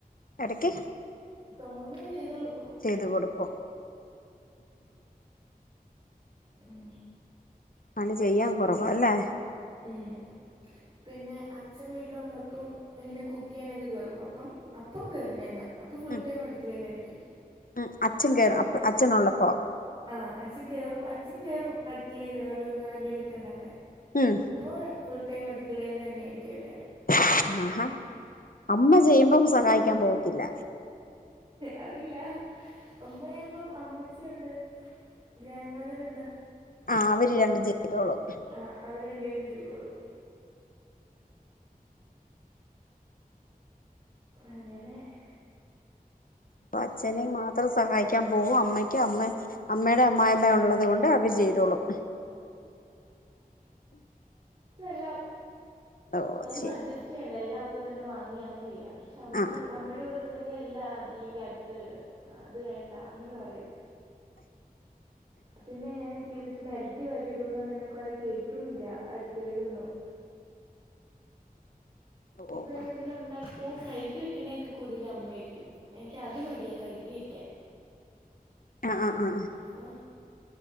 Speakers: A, on the left (about 65°); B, on the right (about 35°).
A: എടക്ക്.
B: തോന്നിയ ചെയ്ത് കൊടു
A: ചെയ്തു കൊടുക്കും.
B: ഉം
A: പണി ചെയ്യാൻ കുറവാ അല്ലേ?
B: ഉം പിന്നെ അച്ഛൻ വീട്ടിലുള്ളപ്പം ഇങ്ങനെ കുക്ക് ചെയ്യാനൊക്കെ കേറും അപ്പം അപ്പം കേറും ഞാന. അപ്പൊ ഫുൾ
A: ഉം
B: ടൈം അടുക്കലയിലായിരിക്കും.
A: ഉം അച്ഛൻ <inaudible> അച്ഛനുള്ളപ്പോ
B: ആഹ അച്ഛൻ കേറും, അച്ഛൻ കേറും, അടുക്കളേയില് ഓരോന്നും എന്തേലൊക്കെ ഉണ്ടാക്കാൻ.
A: ഉം
B: അപ്പൊ ഫുൾ ഫുൾ ടൈമും അടിക്കളയിൽ തന്നെയായിരിക്കും എല്ലാവരും.
A: <unintelligible> ആഹാ അമ്മ ചെയ്യുമ്പം സഹായിക്കാൻ പോവത്തില്ല.
B: അതില്ല. <unintelligible> ഉമ്മചെയ്യുമ്പം അമ്മച്ചിയുണ്ട് ഗ്രാൻഡ് മദർ ഉണ്ടാ
A: ആ അവര് രണ്ടും ചെയ്തോളും.
B: ആ അവര് രണ്ട് പേരും ചെയ്തോളും. അങ്ങനെ ഹേ
A: അപ്പൊ അച്ഛനെ മാത്രം സഹായി ക്കാൻ പോകും അമ്മയ്ക്ക് അമ്മ അമ്മയുടെ അമ്മായിമ്മ ഉള്ളത് കൊണ്ട് അവര് ചെയ്തോളും
B: ല്ലാം
A: ഓ
B: ഒന്നും
A: ശരി
B: അഡ്ജസ്റ്റ് ചെയ്യണ്ട എല്ലാം ഇപ്പ തന്നെ വാങ്ങി അങ്ങനെയ്യാം പക്ഷെ അമ്മൾ
A: ആ
B: അമ്മയുടെ കൂടെ കറിയ അല്ല ആക്കില്ലെങ്കിൽ അടുത്ത വിട അത് വേണ്ട അങ്ങനെ പറയും പിന്നെ ഞാൻ ചെയ്തിട്ട് നിരത്തി വര ന്ന് പറന്നെന്ന് കൊറെ കേട്ടൂല്ല അടുക്കളയിലൊന്നും
A: ഓ
B: ഇപ്പൊ
A: ഓ
B: എന്തെങ്കിലും ഉണ്ടാക്കി ആ കഴുകി വെക്കണ നെക്കെ കൂടുതലും അമ്മയായിരിക്കും എനിക്ക് അത് മടിയാ കഴുകി വെക്കാൻ
A: ആ ആ ആ ആ
B: അപ്പൊ